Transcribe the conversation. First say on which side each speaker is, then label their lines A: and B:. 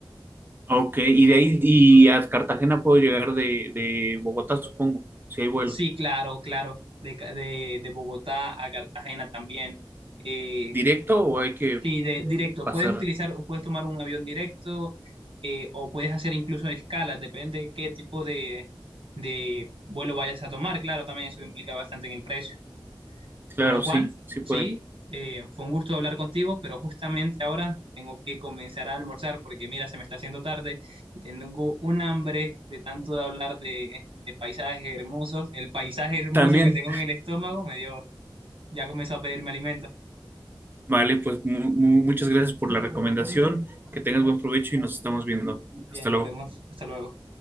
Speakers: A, on the right (about 25°); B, on the right (about 75°).
A: ok, y de ahí y a Cartagena puedo llegar de, de Bogotá, supongo, si hay vuelos.
B: Sí, claro, claro, de, de, de Bogotá a Cartagena también. Eh,
A: ¿Directo o hay que
B: sí, de, directo,
A: pasar?
B: puedes utilizar, puedes tomar un avión directo eh, o puedes hacer incluso escalas, depende de qué tipo de, de vuelo vayas a tomar, claro, también eso implica bastante en el precio.
A: Claro,
B: Bueno,
A: sí,
B: Juan,
A: sí
B: sí,
A: puede.
B: eh, fue un gusto hablar contigo, pero justamente ahora tengo que comenzar a almorzar porque mira, se me está haciendo tarde y tengo un hambre de tanto de hablar de, de paisajes hermosos. El paisaje hermoso
A: También,
B: que tengo en el estómago me dio, ya comenzó a pedirme alimentos.
A: vale, pues mu- mu- muchas gracias por la recomendación, que tengas buen provecho y nos estamos viendo.
B: Bien,
A: Hasta
B: nos
A: luego.
B: vemos. Hasta luego.